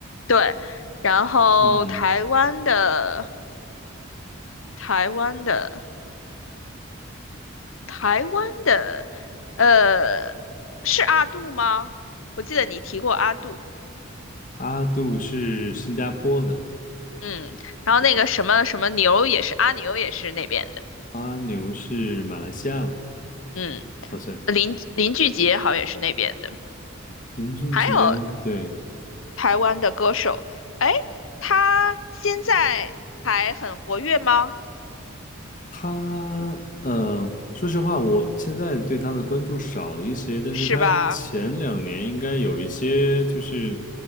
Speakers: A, on the left; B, on the left.
A: 对。然后台湾的
B: 嗯，
A: 台湾的台湾的，呃，是阿杜吗？我记得你提过阿杜。
B: 阿杜是新加坡的，
A: 嗯，然后那个什么什么牛也是阿牛也是那边的。
B: 对吧？阿牛是马来西亚的，
A: 嗯，
B: 好像。
A: 林林俊杰好像也是那边的。
B: 林俊杰，
A: 还有
B: 对，
A: 台湾的歌手，哎，他现在还很活跃吗？
B: 他，呃，说实话，我现在对他的关注少了一些，但是他前两年应该有一些就是
A: 是吧？